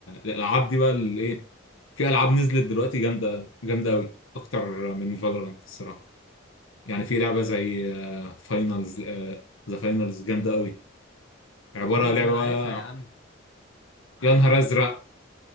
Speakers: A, on the left; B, on the left.
A: الالعاب دي بقى الايه في العاب نزلت دلوقتي جامده جامده قوي اكتر من فالورانت الصراحه يعني في
B: ليه
A: لعبه زي فاينلز ذا فاينلز جامده قوي عباره
B: فاينلز
A: لعبه
B: ما انا
A: بقى
B: عارفها يا عم عارف
A: يا نهار
B: فاينلز
A: ازرق